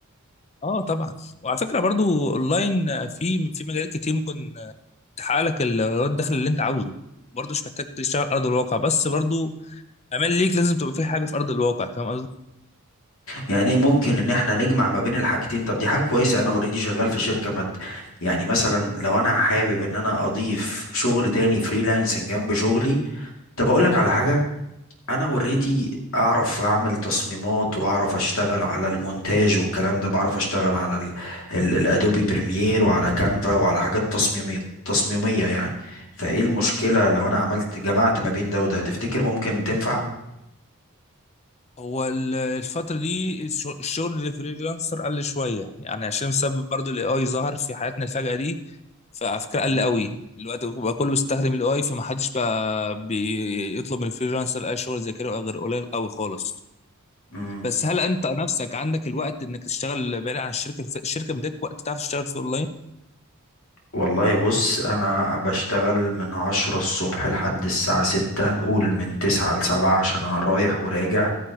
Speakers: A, on the left; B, on the left.
A: اه طبعا وعلى فكره برضو اونلاين آه، في في مجالات كتير ممكن آه، تحقق لك ال- الدخل اللي انت عاوزه برضو مش محتاج تشتغل على ارض الواقع بس برضو امال ليك لازم تبقى في حاجه في ارض الواقع فاهم قصدي؟
B: يعني ايه، ممكن ان احنا نجمع ما بين الحاجتين طب دي حاجه كويسه انا اوريدي شغال في شركه مت يعني مثلا لو انا حابب ان انا اضيف شغل تاني فريلانسنج جنب شغلي طب اقول لك على حاجه انا اوريدي اعرف اعمل تصميمات واعرف اشتغل على المونتاج والكلام ده بعرف اشتغل على ال- ال- الادوبي بريمير وعلى كانفا وعلى حاجات تصميمية تصميمية يعني فايه المشكلة لو انا عملت جمعت ما بين ده وده تفتكر ممكن تنفع
A: هو ال- الفترة دي الش- الشغل الفريلانسر قل شوية يعني عشان بسبب برضو الاي اي ظهر في حياتنا الفجأة دي فعلى فكرة
B: مم.
A: قل قوي دلوقتي بقى كله بيستخدم الاي اي فمحدش بقى بيطلب من الفريلانسر اي شغل زي كده بقى غير قليل قوي خالص
B: مم.
A: بس هل انت نفسك عندك الوقت انك تشتغل بعيد عن الشركة الشركة مديك وقت تعرف تشتغل فيه اونلاين
B: والله بص انا بشتغل من عشرة الصبح لحد الساعة ستة قول من تسعة لسبعة عشان انا رايح وراجع